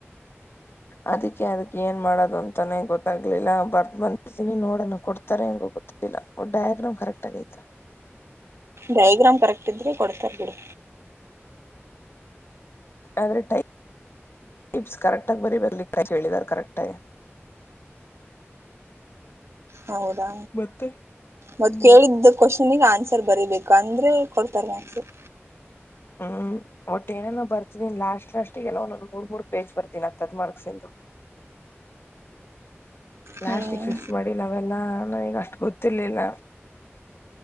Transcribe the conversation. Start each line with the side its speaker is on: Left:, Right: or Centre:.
Left: ಅದಕ್ಕೆ ಅದಕ್ ಏನ್ ಮಾಡೋದು ಅಂತಾನೇ ಗೊತ್ತಾಗ್ಲಿಲ್ಲ ಬರ್ ಬಂದತೀನಿ ನೋಡೋಣ ಕೊಡ್ತಾರೆ ಹೆಂಗೋ ಗೊತ್ತಿಲ್ಲ ಡಯಾಗ್ರಾಮ್ ಕರೆಕ್ಟ್ ಆಗೈ್ತ
Right: ಡಯಗ್ರಾಮ್ ಕರೆಕ್ಟ್ ಇದ್ರೆ ಕೊಡ್ತಾರೆ ಬಿಡಿ
Left: ಆದ್ರೆ ಟಪ್ ಟೈಪ್ಸ್ ಕರೆಕ್ಟಾಗಿ ಬರಿಯೋದಕ್ಕೆ ಹೇಳಿದಾರ ಕರೆಕ್ಟ ಆಗಿ
Right: ಹೌದಾ
Left: ಮತ್ತೆ
Right: ಮತ್ತ
Left: ಹ್ಮ್
Right: ಕೇಳಿದ್ದ ಕೊಶ್ ಸುಮ್ಮನೆ ಆನ್ಸರ್ ಬರಿಬೇಕು ಅಂದ್ರೆ ಕೊಡ್ತಾರೆ ಆನ್ಸರ್
Left: ಹ್ಮ್ ಒಟ್ಟು ಏನೇನೋ ಬರ್ದಿನಿ ಲಾಸ್ಟ್ ಲಾಸ್ಟಿಗೆ ಎಲ್ಲ ಒಂದೊ ಮೂರ್ ಮೂರ್ ಪೇಜ್ ಬರ್ದಿನಿ ಹತ್ತತ್ತ ಮಾರ್ಕಸಿಂದು ಲಾಸ್ಟಿಗೆ
Right: ಹ್ಮ್
Left: ಪಿಪ್ ಮಾಡಿ ನಾವೇನ್ ನಾ ನಾ ಈಗ ಅಷ್ಟು ಗೊತ್ತರ್ಲಿಲ್ಲ